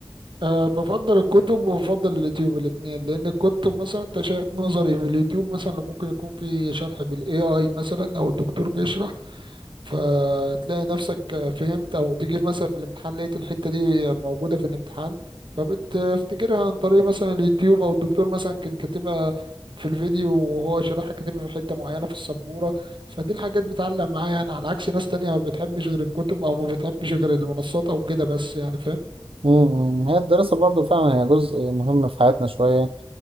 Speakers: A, on the right (about 60°); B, on the right (about 85°).
A: أه بفضل الكتب وبفضل اليوتيوب الاتنين لأن الكتب مثلا أنت شايف نظري في اليوتيوب مثلا ممكن يكون في شرح بالاي اي مثلا أو الدكتور بيشرح فتلاقي نفسك فهمت أو تيجي مثلا في الامتحان لقيت الحتة دي موجودة في الامتحان فبتفتكرها عن طريق مثلا اليوتيوب أو الدكتور مثلا كان كاتبها في الفيديو وهو شرحها كاتبها في حتة معينة في السبورة فدي الحاجات بتعلق معايا يعني على عكس ناس تانية ما بتحبش غير الكتب أو ما بتحبش غير المنصات أو كده بس يعني فاهم
B: مم، هي الدراسة برضو فعلا هي جزء مهم في حياتنا شوية